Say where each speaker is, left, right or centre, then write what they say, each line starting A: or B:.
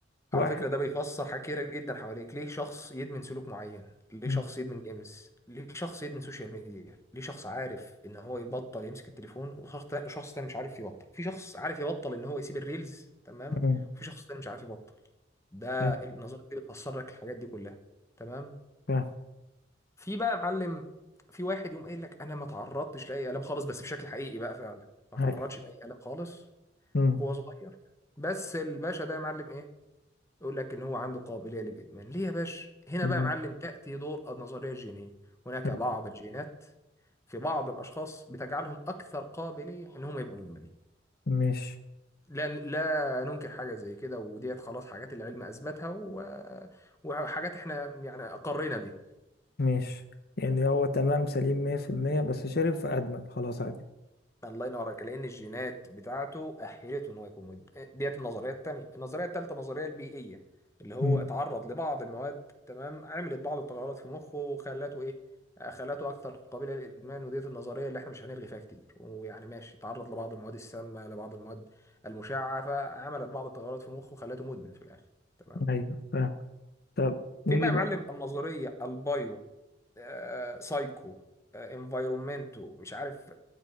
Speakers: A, on the left (about 55°); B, on the left (about 15°).
A: واحد
B: على فكره ده بيفسر حاجات كتيره جدا حواليك ليه شخص يدمن سلوك معين ليه
A: مم.
B: شخص يدمن جيمز ليه شخص يدمن سوشيال ميديا ليه شخص عارف ان هو يبطل يمسك التليفون وشخص تا- شخص تاني مش عارف يبطل في شخص عارف يبطل ان هو يسيب الريلز تمام
A: مم.
B: وفي شخص تاني مش عارف يبطل ده
A: حلو
B: النظريه دي بتفسر لك الحاجات دي كلها تمام
A: فاهم
B: في بقى يا معلم في واحد يقوم قايل لك انا ما تعرضتش لاي الام خالص بس بشكل حقيقي بقى فعلا ما
A: ايوه
B: تعرضش لاي الام خالص
A: مم.
B: هو صغير بس الباشا ده يا معلم ايه يقول لك ان هو عنده قابليه للادمان ليه يا باشا هنا
A: تمام
B: بقى يا معلم تاتي دور النظريه الجينيه هناك
A: حلو.
B: بعض الجينات في بعض الاشخاص بتجعلهم اكثر قابليه ان هم يبقوا مدمنين
A: ماشي
B: لا لا ننكر حاجه زي كده وديت خلاص حاجات العلم اثبتها و... وحاجات احنا يعني اقرينا بيها
A: ماشي يعني هو تمام سليم 100% بس شرب فأدمن خلاص على كده
B: الله ينور عليك لان الجينات بتاعته اهلته ان هو يكون مدمن ديت النظريه الثانيه النظريه الثالثه النظريه البيئيه اللي هو
A: مم.
B: اتعرض لبعض المواد تمام عملت بعض التغيرات في مخه وخلته ايه آه، خلته اكثر قابله للادمان وديت النظريه اللي احنا مش هنلغي فيها كتير ويعني ماشي اتعرض لبعض المواد السامه لبعض المواد المشعه فعملت بعض التغيرات في مخه خلته مدمن في الاخر تمام
A: ايوه فاهم طب نيجي
B: في بقى
A: بقى
B: يا معلم النظريه البايو آه، سايكو آه، انفايرومنتو مش عارف